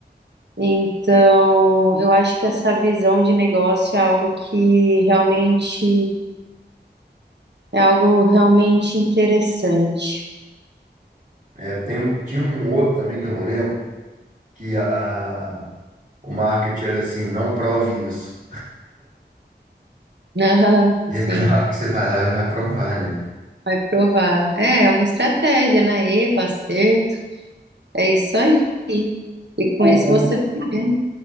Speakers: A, on the right; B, on the right.
A: Então, eu acho que essa visão de negócio é algo que realmente É algo realmente interessante. <laughs>
B: É, tem, um- tinha um outro também que eu não lembro, que a, a- o marketing era assim, não prove isso.
A: Ah,
B: E
A: sim,
B: é <laughs> claro que você vai lá e vai provar, né?
A: vai provar. É, é uma estratégia, na erro, acerto. É isso aí. E com
B: Ou
A: isso você
B: o,
A: vai vendo.